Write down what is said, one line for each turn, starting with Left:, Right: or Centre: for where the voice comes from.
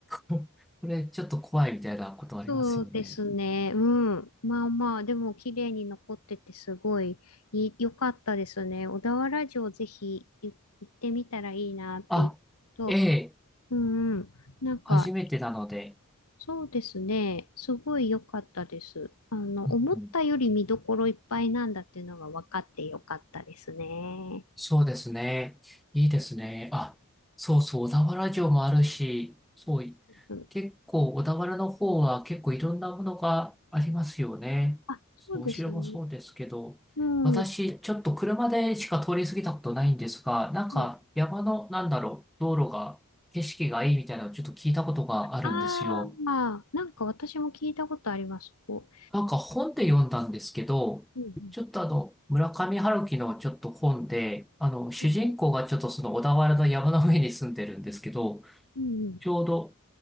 Centre: ここれちょっと怖いみたいなことありますよね。
Left: そうですね。うん。まあまあ、でも綺麗に残っててすごいい良かったですね。小田原城ぜひい行ってみたらいいなって、
Centre: あ、
Left: と、
Centre: ええ、
Left: うんうん。なんか
Centre: 初めてなので、
Left: そうですね。すごい良かったです。あの、
Centre: うんうん
Left: 思ったより見どころいっぱいなんだっていうのが分かって良かったですね。
Centre: そうですね。いいですね。あ、そうそう、小田原城もあるし、そうい、
Left: うん、
Centre: 結構、小田原の方は結構いろんなものがありますよね。
Left: あ、そうですね。
Centre: そうお城もそうですけど、
Left: うん。
Centre: 私、
Left: う
Centre: ちょっと車でしか通り過ぎたことないんですが、なんか山の、
Left: ん
Centre: なんだろう、道路が、景色がいいみたいなのをちょっと聞いたことがあるんですよ。
Left: あー、まあ、なんか私も聞いたことあります。こ
Centre: なんか本で読んだんですけど、
Left: う。うん
Centre: ちょっとあの、村上春樹のちょっと本で、あの、主人公がちょっとその小田原の山の上に住んでるんですけど、
Left: うん。うん
Centre: ちょうど、